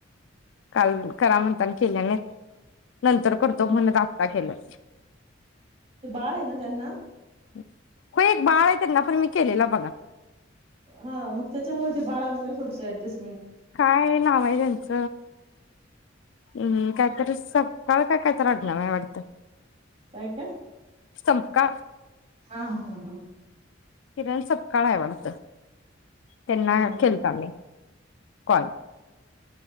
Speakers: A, on the left; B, on the right.
A: काल करा म्हणताना केल्यानाय नंतर करतो
B: हा.
A: म्हणत आता केलस
B: ते बाळ आहे ना त्यांना
A: हो एक बाळय त्यांना पण मी केलेला बघा
B: हा मग त्याच्यामुळे ते बाळामुळे थोडस ऍडजस्
A: काय नाव आहे त्यांच हूं काहीतरी सपकाळ का काय कायतरी आडनाव आहे वाटत
B: रिकामा ऑडिओ <inaudible>
A: संंपका
B: हा हा हा
A: किरण सपकाळ आहे वाडत त्यांना
B: हा.
A: केलता मी <inaudible>